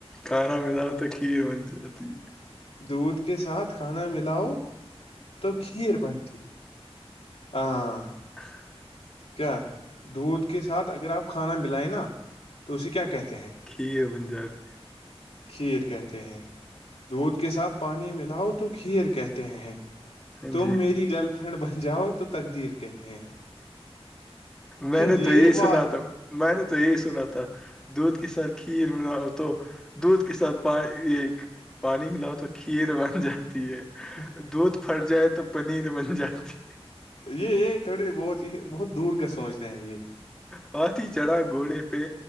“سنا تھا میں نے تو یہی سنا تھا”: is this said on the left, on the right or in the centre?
Centre